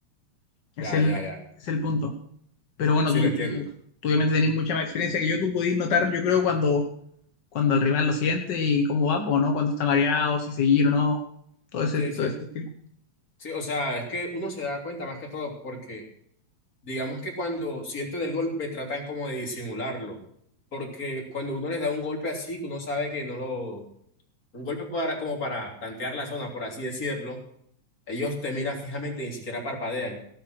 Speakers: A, on the left (about 55°); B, on the left (about 30°).
A: Es
B: Ya,
A: el,
B: ya, ya.
A: es el punto. Pero bueno,
B: Sí,
A: tú,
B: lo entiendo.
A: tú, tú obviamente tenés mucha más experiencia que yo, tú podés notar, yo creo, cuando, cuando el rival lo siente y cómo va, pues, ¿no? Cuando está mareado, si seguir o no, todo ese,
B: Sí,
A: todo
B: sí.
A: ese estilo.
B: Sí, o sea, es que uno se da cuenta más que todo porque digamos que cuando sienten el golpe tratan como de disimularlo, porque cuando uno les da un golpe así, que uno sabe que no lo, un golpe para, como para tantear la zona, por así decirlo, ellos te miran fijamente y ni siquiera parpadean.